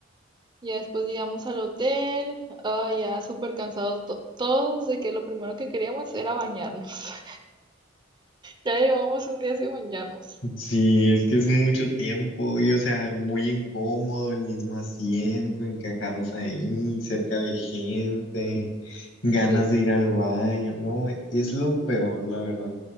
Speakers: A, on the right (about 25°); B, on the left (about 80°).
A: Ya después llegamos al hotel, ah, ya súper cansados to- todos de que lo primero que queríamos era bañarnos. <laughs> Ya llevamos un día sin bañarnos.
B: Sí, es que es mucho tiempo y, o sea, muy incómodo el mismo asiento, encajados ahí, cerca de gente, ganas
A: Sí,
B: de ir al baño, no, es lo peor, la verdad.